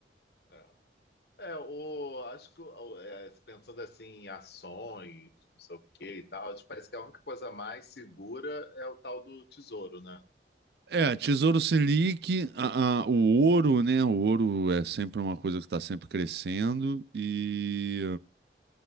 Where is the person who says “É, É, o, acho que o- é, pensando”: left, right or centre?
Left